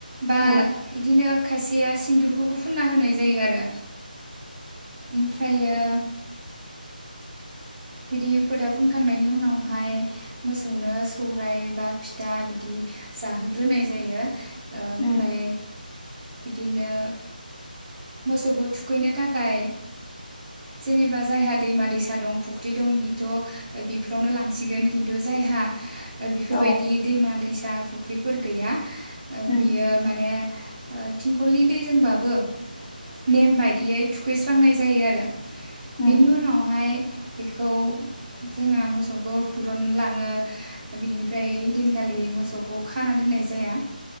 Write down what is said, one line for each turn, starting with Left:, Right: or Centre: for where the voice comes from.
Right: बा
Left: औ
Right: इदिनो खायसेया सिन्दुरखौबो फुनना होनाय जायो आरो। ओमफ्रायो बिदि फोथा फुनखांनायनि उनावहाय मोसौनो सौराय बा फिथा बिदि जाहोग्रोनाय जायो। ओ ओमफाय
Left: उम
Right: इदिनो मोसौबो थुखैनो थाखाय जेनेबा जायहा दैमा दैसा दं फुख्रि दं बिथ' बेफोरावनो लांसिगोन। खिन्थु जायहा ओ बेफोरबायदि
Left: औ
Right: दैमा दैसा फुख्रिफोर गैया ओ
Left: उम
Right: बियो माने ओ थिंखलनि दैजोंबाबो नेम बायदियै थुखैस्रांनाय जायो आरो
Left: उम
Right: बेनि उनावहाय बेखौ जोंहा मोसौखौ हुरुनलाङो बिनिफ्राय हैदिनखालि मोसौखौ खाना दोननाय जाया